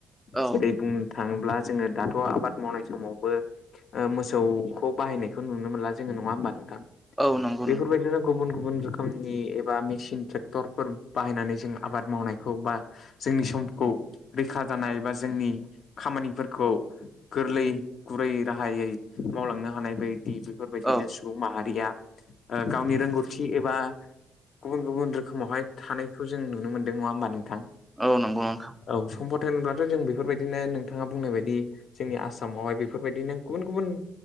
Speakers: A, in the centre; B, on the left.
A: औ
B: जेरै बुं नोथाङोब्ला जोङो दाथ' आबाद मावनाय समावबो ओ मोसौखौ बाहायनायखौ नुनो मोनला जोङो नङा होमबा नोंथां?
A: औ नंगौ
B: बेफोरबायदिनो
A: नोंथां
B: गुबुन गुबुन रोखोमनि एबा मेसिन ट्रेक्टरफोर बाहायनानै जों आबाद मावनायखौ बा जोंनि समखौ रैखा जानाय बा जोंनि खामानिफोरखौ गोरलै गुरै राहायै मावलांनो हानाय बायदि बेफोरबायदिनो
A: औ
B: सुबुं माहारिया ओ गावनि रोंगौथि एबा गुबुन गुबुन रोखोमावहाय थानायखौ जों नुनो मोन्दों नङा होमबा नोंथां?
A: औ नंगौ नोंथां।
B: औ सम्पत होनब्लाथ' जों बेफोरबायदिनो नोंथाङा बुंनाय बायदि जोंनि आसामावहाय बेफोरबायदिनो गुबुन गुबुन